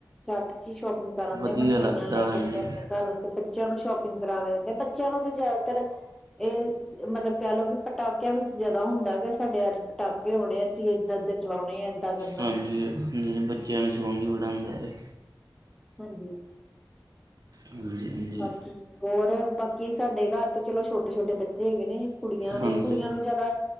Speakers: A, in the centre; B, on the right (about 55°).
A: ਚੱਟ ਚ ਸ਼ੋਪਿੰਗ ਕਰਨ
B: ਵਧੀਆ
A: ਦੇ ਮਠਿਆਈਆਂ
B: ਲੱਗਦਾ
A: ਲੈ ਕੇ
B: ਹਾਂਜੀ
A: ਆਦੇ ਆਪਣੇ ਘਰ ਉਸਦੇ। ਬੱਚਿਆਂ ਨੂੰ ਸ਼ੋਪਿੰਗ ਕਰਾ ਕੇ ਦਿੰਦੇ ਆ ਬੱਚਿਆਂ ਨੂੰ ਤਾਂ ਜ਼ਿਆਦਾਤਰ। ਇਹ ਮਤਲਬ ਕਹਿ ਲਓ ਕਿ ਪਟਾਕਿਆਂ ਵਿੱਚ ਜਿਆਦਾ ਹੁੰਦਾ ਕਿ ਸਾਡੇ ਅੱਜ ਪਟਾਕੇ ਆਉਣੇ ਆ। ਅਸੀਂ ਇੱਦਾਂ ਏ ਚਲਾਉਣੇ ਆ। ਏਦਾਂ ਕਰਨਾ
B: ਹਾਂਜੀ ਜਿ ਬੱਚਿਆਂ ਨੂੰ ਸ਼ੌਕ ਹੀ ਬੜਾ ਹੁੰਦਾ ਹੈ।
A: ਹਾਂਜੀ।
B: ਹਾਂਜੀ। ਹਾਂਜੀ
A: ਬਾਕੀ ਹੋਰ, ਬਾਕੀ ਸਾਡੇ ਘਾੱਰ ਤੇ ਚਲੋ ਛੋਟੇ-ਛੋਟੇ ਬੱਚੇ ਹੈਗੇ ਨੇ। ਕੁੜੀਆਂ ਨੇ
B: ਹਾਂਜੀ
A: ਕੁੜੀਆਂ ਨੂੰ ਜੈਦਾ